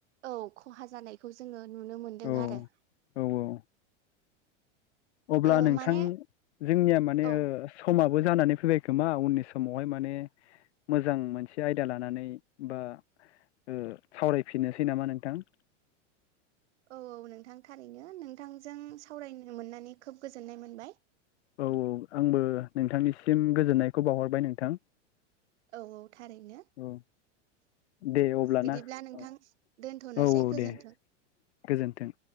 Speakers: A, on the right; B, on the left.
A: औ खहा जानायखौ जोङो नुनो मोनदों
B: औ
A: आरो
B: औ औ अब्ला
A: ओ
B: नोंथां
A: माने
B: जोंनिया माने
A: औ
B: समाबो जानानै फैबाय खोमा उननि समावहाय माने मोजां मोनसे आयदा लानानै बा सावरायफिननोसै नामा नोंथां
A: औ औ नोंथां थारैनो नोंथांजों सावरायनो मोननानै खोब गोजोननाय मोनबाय
B: औ औ आंबो नोंथांनिसिम गोजोननायखौ बावहरबाय नोंथां
A: औ औ थारैनो
B: औ दे अब्लाना
A: बिदिब्ला नोंथां
B: औ
A: दोनथ'नोसै
B: औ
A: गोजोन्थों
B: दे गोजोन्थों